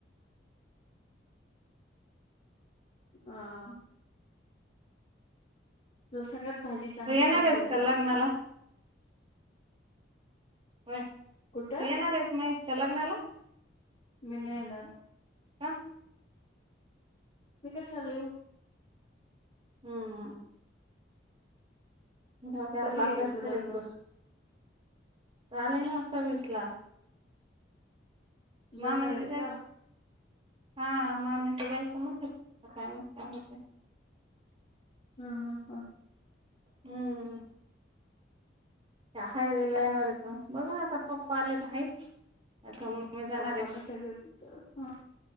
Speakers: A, on the left (about 35°); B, on the right (about 30°).
A: अं. तुला सगळ्यात भाजी चांगली
B: तू येणार
A: कोणती
B: आहेस
A: करता
B: का लग्नाला
A: येती?
B: होय. तू
A: कुठं
B: येणार आहेस महेशच्या लग्नाला?
A: मी नाही येणार.
B: का
A: मी कशाला येऊ?
B: हम्म. दद्या
A: कधी
B: आपला अभ्यास
A: आहे त्याचं
B: करत
A: लग्न
B: बस. आलेय ना सव्वीसला.
A: तू जाणार
B: मामांच
A: आहेस का
B: <unintelligible> हा. मामींच <unintelligible> काय माहीत काय म्हणते.
A: <unintelligible>
B: हम्म. <unintelligible> बघ ना आता पप्पा आले तर हायेच आता- मी जाणार
A: पप्पा
B: आहे
A: कशाचेत <unintelligible>